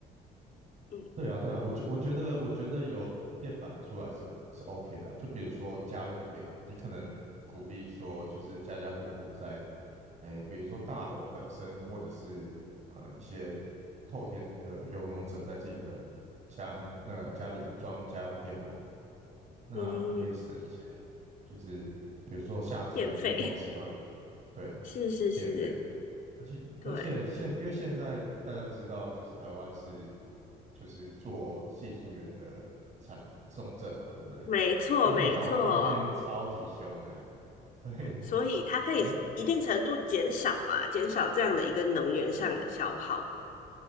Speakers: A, on the left; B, on the right.
A: 嗯
B: 对啊，对啊，我觉我觉得我觉得有电板出来是是 OK 的啊就比如说家用电，你可能鼓励说就是家家户户在诶，比如说大楼本身，或者是呃一些透天的游泳者在自己的家那个家里装家用电网，那可以省一些，
A: 嗯，嗯
B: 就是比如说夏季的尖峰时段的
A: 电费
B: 对
A: <laughs> 是是是，
B: 电费，而且而且现因为现在大家都知道，
A: 对。
B: 就是台湾是就是做细晶圆的产重镇嘛，对不对？
A: 没错，
B: 它那个耗耗电超级凶的，
A: 没错，
B: <laughs> 所以
A: 所以它可以一定程度减少吧，
B: 有
A: 减少这样的一个能源上的消耗。